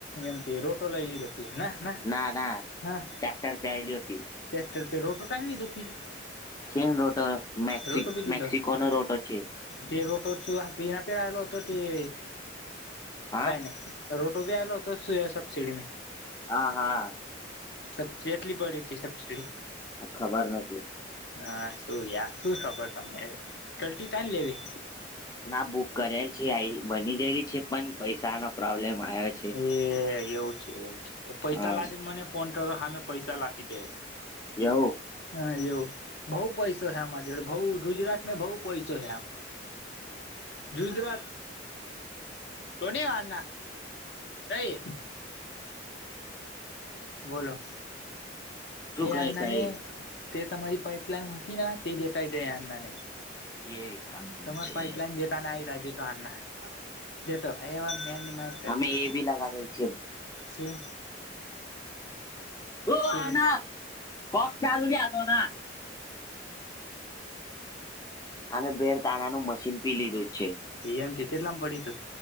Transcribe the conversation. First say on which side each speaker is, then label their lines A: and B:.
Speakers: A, on the left; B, on the left.
A: એમકે રોટો લઈ લીધો પી ના
B: ના ના
A: હા
B: ટેક્ટર પેયલ્યોતી.
A: ટ્રેક્ટર પે રોટોટાન લીધુ. ઈ
B: છે ને રોટો મેક્સી
A: જ રોટો બી
B: મેક્સિકોનો
A: લીદો હ
B: રોટો છે.
A: જે રોટો તું આપી આપેલાલો તો તી
B: હા.
A: કાઈ નઈ. રોટો બી આયલો તો સે સબસિડી મે?
B: હા
A: સબ ચેટલી પળી તી સબસિળી?
B: આ ખબર નથી.
A: હા શું યા શું ખબર તમને ગલ્ટી તાઈન લેવી?,,
B: ના બુક કરેલ છે આઈ બની ગયેલી છે પણ પૈસા નો પ્રોબ્લેમ આયો
A: એ એવું છે એવું જ એ પૈસા
B: હા
A: લાદીન મને ફોન કરો હામે પૈસા લાખી દેવ.
B: એવું
A: હા એવું બઉ પૈસો હે અમાર જડે બઉ ગુજરાત મેં બઉુ પૈસો હે આ ગુજરાત તો ની વારના અઈ બોલો
B: શું
A: એ
B: કહે
A: આનાને
B: છે
A: તે તમારી પાઈપ લાઇન હતી ને તે દેતાાય દે અનાને.
B: એ એ કામ જોત
A: તમાર
B: છે.
A: પાઈપલાઈન દેતાને આઈ જાય દેતાને. એતો એવા મેનની માત કરી
B: અમે
A: દેતો,
B: એ બી લગાડેલ છે.
A: શું?
B: ઓ
A: શું
B: અન્ના કોક ચાલયાખોના. <unintelligible> અમે બેળ તાણા નું મશીન પી લીધું છે.
A: ઈ એમ કે તેટલામ પળ્યું તું?